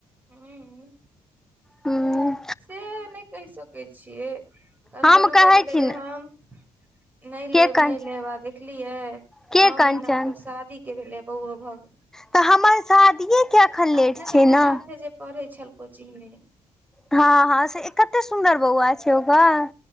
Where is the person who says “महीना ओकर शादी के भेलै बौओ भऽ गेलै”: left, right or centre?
Right